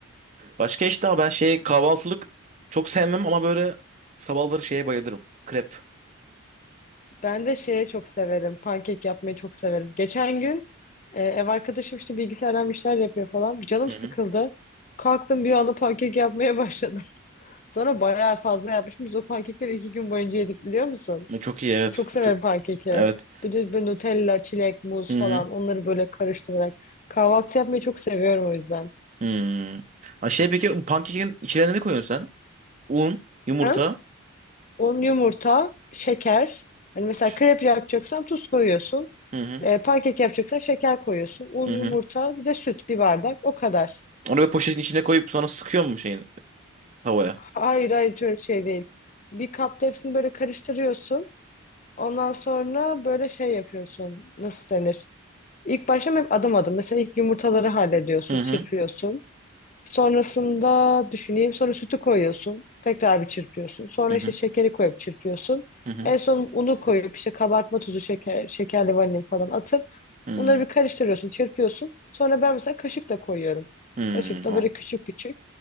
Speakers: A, on the right (about 30°); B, on the left (about 35°).
A: Başka işte ama ben şey kahvaltılık çok sevmem ama böyle sabahları şeye bayılırım. Krep.
B: Ben de şeye çok severim. Pankek yapmayı çok severim. Geçen gün e, ev arkadaşım işte bilgisayardan bir şeyler yapıyor falan. Canım
A: Hı
B: sıkıldı.
A: hı.
B: Kalktım bir anda pankek yapmaya başladım. <laughs> Sonra bayağı fazla yapmışım. Biz o pankekleri iki gün boyunca yedik biliyor musun?
A: E, Çok iyi evet.
B: Çok severim
A: Çok
B: pankeki.
A: evet.
B: Bir de böyle Nutella, çilek, muz
A: Hı
B: falan
A: hı.
B: onları böyle karıştırarak. Kahvaltı yapmayı çok seviyorum o yüzden.
A: Hmm. Ha şey peki bu pankekin içine ne koyuyorsun sen? Un, yumurta.
B: Ha? Un, yumurta, şeker. Hani mesela
A: Ş-
B: krep yapacaksan tuz koyuyorsun.
A: Hı hı.
B: E, pankek yapacaksan şeker koyuyorsun. Un,
A: Hı
B: yumurta,
A: hı.
B: bir de süt bir bardak. O kadar.
A: Onu böyle poşetin içine koyup sonra sıkıyor mu şeyin tavaya?
B: Hayır hayır şöyle şey değil. Bir kapta hepsini böyle karıştırıyorsun. Ondan sonra böyle şey yapıyorsun. Nasıl denir? İlk başta hep adım adım. Mesela ilk yumurtaları hallediyorsun,
A: Hı
B: çırpıyorsun.
A: hı.
B: Sonrasında düşüneyim. Sonra sütü koyuyorsun. Tekrar bir çırpıyorsun. Sonra
A: Hı
B: işte
A: hı.
B: şekeri koyup çırpıyorsun.
A: Hı hı.
B: En son unu koyup işte kabartma tuzu, şeker, şekerli vanilin falan atıp
A: Hmm,
B: bunları bir karıştırıyorsun, çırpıyorsun. Sonra ben mesela kaşıkla koyuyorum.
A: hmm,
B: Kaşıkla
A: o.
B: böyle küçük küçük.